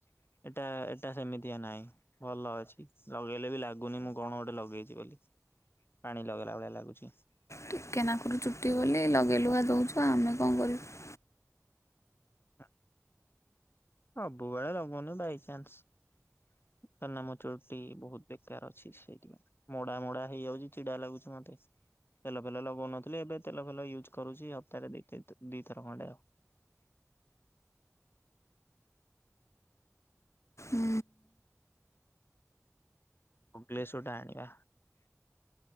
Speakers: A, on the left; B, on the left.
A: ଏଟା ଏଟା ସେମିତିଆ ନାହିଁ ଭଲ ଅଛି ଲଗେଇଲେ ବି ଲାଗୁ ଲାଗୁନି ମୁଁ କଣ ଗୋଟେ ଲଗେଇଛି ବୋଲି ପାଣି ଲଗେଇଲା ଭଳିଆ ଲାଗୁଛ।
B: ଟିକେନାକୁରୁ ଚୁଟି ବୋଲି ଲଗେ଼ଇଲୁଗା ଦଉଛୁ ଆମେ କଣ କରିବୁ?
A: ହ ସବୁବେଳେ ଲଗଉନି ବାଇଚାନ୍ସ। କିଆ ନା ମୋ ଚୁଟି ବହୁତ ବେକାର ଅଛି ସେଇଥିପାଇଁ ମୁଡା ମୁଡା ହେଇଯାଉଛି ଚିଡା ଲାଗୁଛି ମ ମତେ। ତେଲ ଫେଲ ଲଗଉନଥିଲି ଏବେ ତେଲ ଫେଲ ୟୁଜ୍ କରୁଛି ହପ୍ତାହରେ ଦି ତି ଦିଇଥର ଖଣ୍ଡେ ଆଉ। ଆ <inaudible>
B: ଉଁ
A: ଓଗ୍ଲେଶ ଟା ଆଣିବା